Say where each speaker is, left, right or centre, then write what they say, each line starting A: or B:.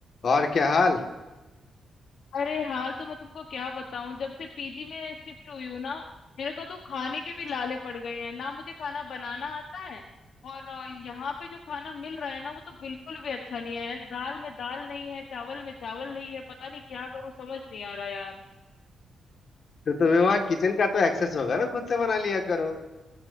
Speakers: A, on the left (about 50°); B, on the left (about 65°).
A: और क्या हाल
B: अरे हाल तो मैं तुमको क्या बताऊं जब से पीजी में शिफ्ट हुई हूँ ना मेरे को तो खाने के भी लाले पड़ गए हैं ना मुझे खाना बनाना आता है और अ, यहाँ पे जो खाना मिल रहा है ना वो तो बिल्कुल भी अच्छा नहीं है दाल में दाल नहीं है चावल में चावल नहीं है पता नहीं क्या करूँ समझ नहीं आ रहा यार
A: तो तुम्हें वहाँ किचन का तो एक्सेस होगा ना खुद से बना लिया करो